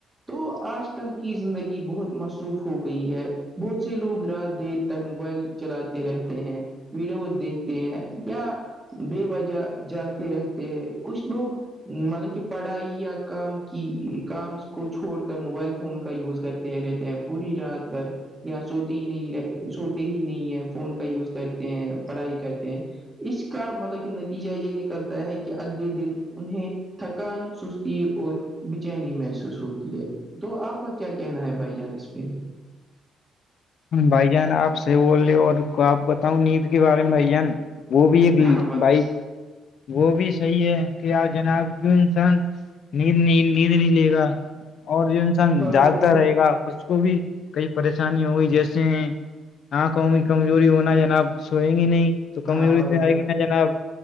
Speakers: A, on the right; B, on the left.
A: تو آج کل کی زندگی بہت مصروف ہو گئی ہے بہت سے لوگ رات د تک موبائل چلاتے رہتے ہیں ویڈیوز دیکھتے ہیں یا بے وجہ جاگتے رہتے ہیں کچھ لوگ مطلب کہ پڑھائی یا کام کی کام کو چھوڑ کر موبائل فون کا یوز کرتے رہتے ہیں پوری رات بھر یا سوتے ہی نہیں رہ سوتے ہی نہیں ہے فون کا یوز کرتے ہیں پڑھائی کرتے ہیں اس کا مطلب کہ نتیجہ یہ نکلتا ہے کہ اگلے دن انہیں تھکان سستی اور بےچینی محسوس ہوتی ہے تو آپ کیا کہنا ہے بھائی جان اس پہ
B: بھائی جان آپ سے بول رہے ہو اور آپ بتاؤ نیند کے بارے میں بھائی جان وہ بھی دی
A: ہاں بت
B: بھائی وہ بھی صحیح ہے کہ آپ جناب جو انسان نیند نیند نہیں لے گا اور جو انسان
A: ہاں
B: جاگتا
A: بھائی جان
B: رہے گا اس کو بھی کئی پریشانی ہو گئی جیسے آنکھوں میں کمزوری ہونا جناب سوئیں گی نہیں تو کمزوری
A: ہاں بھائی
B: تو آئے
A: جان
B: گی نا جناب